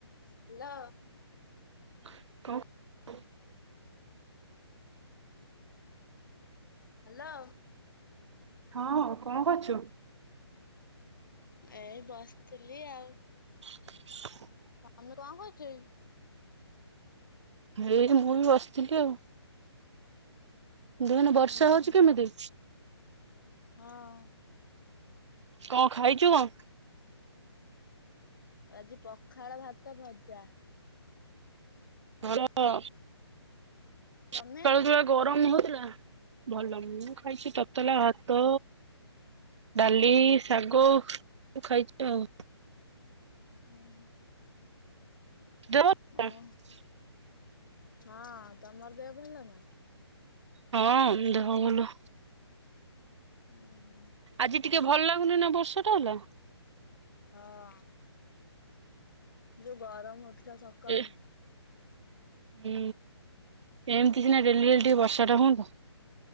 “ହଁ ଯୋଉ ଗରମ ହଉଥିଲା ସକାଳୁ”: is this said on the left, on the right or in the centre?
Left